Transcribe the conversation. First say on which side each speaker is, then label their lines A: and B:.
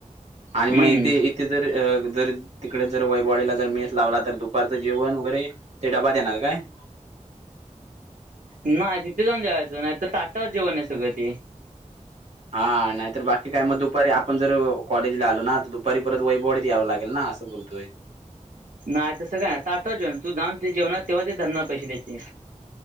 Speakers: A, on the right (about 85°); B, on the right (about 55°).
A: हम्म
B: आणि मग ईथे जर, जर तिकडे जर वैभववाडीला जर मेस लावला तर तू परत जेवण वगैरे ते डबा देणार काय?
A: नाही तिथे जाऊन जेवायचं, नाही तर ताटाव जेवण आहे सगळं ते.
B: हा, नाही तर बाकी काय मग दुपारी आप आपण जर कॉलेजला आलो ना तर दुपारी परत वैभव वाडीत यावं लागेल ना, असं बोलतोय.
A: नाय तसं काय? तू जाऊन ते जेवणार तेव्हा ते धरणार पैसे त्याचे.